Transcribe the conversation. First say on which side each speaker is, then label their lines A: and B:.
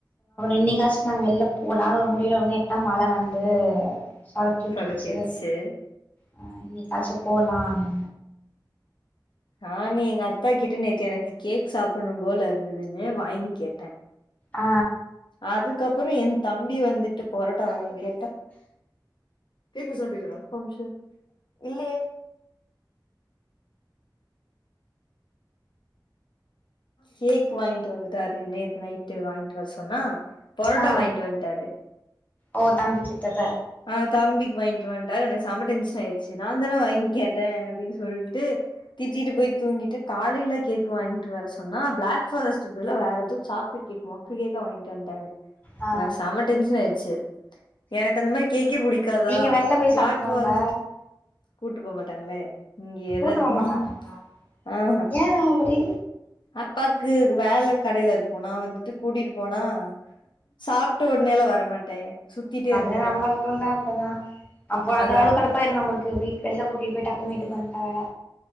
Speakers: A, on the left; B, on the left.
A: இன்னிக்கச்சு நாங்க வெளிய போறோ அதா முடியலோன லேட்ட மழை வந்து சொதப்பி விட்ருச்சு
B: சொதப்பிர்ச்சு
A: ஆ இன்னக்காச்சும் போலாம்னு
B: ந நீ எங்க அத்தா கிட்ட நேத்து எனக்கு கேக் சாப்புடணும் போல இருந்ததுன்னு வாங்கி கேட்டேன்
A: ஆ
B: அதுக்கப்புறம் என் தம்பி வந்துட்டு பொரட்டா வாங்கி திருப்பி சவுண்டு கேக்குதா ஒரு நிமிஷம் இரு இல்லியே கேக் வாங்கிட்டு வந்துட்டாரு நேத்து நைட்டு வாங்கிட்டு வர சொன்னா பொரோட்டா
A: ஆ
B: வாங்கிட்டு வந்ட்டாரு
A: ஓ தம்பிக்கேட்டத
B: ஆ தம்பிக்கு வாங்கிட்டு வந்துட்டாரு எனக்கு செம டென்சன் ஆயிடுச்சு சிதாந்திரம் வாங்கே டேன் அப்படின்னு சொல்லிட்டு திட்டிட்டு போய் தூங்கிட்டு காலையில கேக் வாங்கிட்டு வர சொன்னா பிளாக் பரஸ்ட் பதில வேற எதோ சாக்லேட் கேக் மொக்க கேக்க வாங்கிட்டு வட்டாரு
A: ஆ
B: எனக்கு செம டென்சன் ஆயிடுச்சு எனக் அந்த மாரி கேக்கே பிடிக்காதா
A: நீங்க வெளில போய்
B: பிளாக்
A: சாப்பிடலாம்ல
B: பாரஸ்ட் கூட்டு போ மாட்டாங்களே இங்க ஏதா
A: கூட்டு
B: இருக்கணும்
A: போ மாட்டாங்கல்ல
B: ஆஹ்
A: ஏ அப்படி
B: அப்பாக்கு வேலை கடைல இருக் போனா வந்துட்டு கூட்டிட்டு போனா சாப்ட்டு உடனேலா வரமாட் டே சுத்திட்டேரு
A: நம்மளுக்குண்டா அப்படித்தான் அப்ப
B: அதா
A: அது கூட போயிரும் நம்மளுக்கு வீட் வெள்ள கூட்டிட்டு போய் டக்கு வீட்டு வண்டா வேற